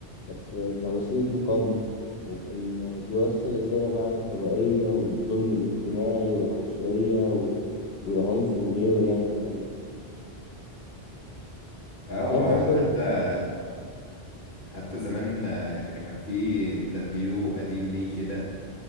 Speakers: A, on the left; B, on the left.
A: بس كوسيلة مقاومة وكان بيوصل رسالة بقى عن الطبقية والظلم الاجتماعي والعنصرية و- والعنف وغيره يعني في أغانيه
B: أو
A: عارف أصلا
B: حتى حتى زمان آه، كان في انترفيو قديم ليه كده